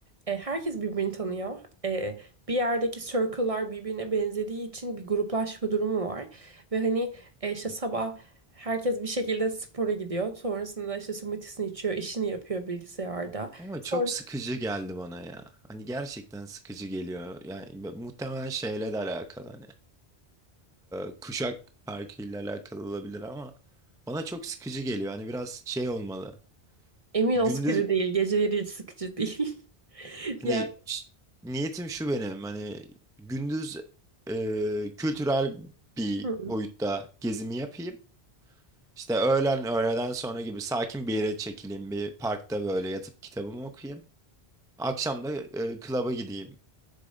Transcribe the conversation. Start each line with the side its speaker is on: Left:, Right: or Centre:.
Right: E, herkes birbirini tanıyor. E, bir yerdeki circle'lar birbirine benzediği için bir gruplaşma durumu var. Ve hani e, işte sabah Herkes bir şekilde spora gidiyor. Sonrasında işte smoothiesini içiyor, işini yapıyor bilgisayarda.
Centre: ama
Right: Sonra
Centre: çok sıkıcı geldi bana ya. Hani gerçekten sıkıcı geliyor. Yani muhtemelen şeyle de alakalı hani. e, kuşak farkıyla alakalı olabilir ama bana çok sıkıcı geliyor. Hani biraz şey olmalı.
Right: emin
Centre: Gündüz
Right: ol sıkıcı değil, geceleri hiç sıkıcı değil. <laughs>
Centre: hani
Right: Yani
Centre: ş- niyetim şu benim hani gündüz e, kültürel bir
Right: hı.
Centre: boyutta gezimi yapayım. İşte öğlen öğleden sonra gibi sakin bir yere çekileyim bir parkta böyle yatıp kitabımı okuyayım. Akşam da e, klaba gideyim